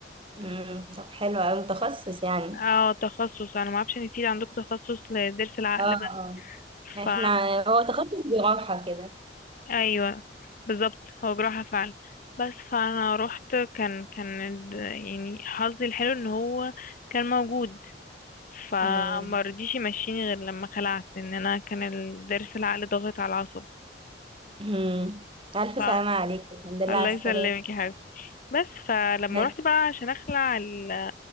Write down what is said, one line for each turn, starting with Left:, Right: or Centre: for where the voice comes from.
Right: مم. طب حلو أوي متخصص يعني
Left: اه تخصص انا ما اعرفش ان في عندكم تخصص لضرس العقل
Right: اه
Left: بس
Right: اه احنا
Left: ف
Right: هو تخصص جراحة كده
Left: ايوه بالظبط هو جراحة فعلا بس فانا رحت كان كان الد- يعني حظي الحلو ان هو كان موجود فما
Right: مم.
Left: رضيش يمشيني غير لما خلعت ان انا كان الضرس العقل ضاغط على العصب
Right: مم. ألف
Left: ف
Right: سلامة عليكم الحمد لله
Left: الله
Right: على
Left: يسلمك
Right: السلامة
Left: يا حبيبتي بس فلما
Right: ها،
Left: رحت بقى عشان اخلع ال...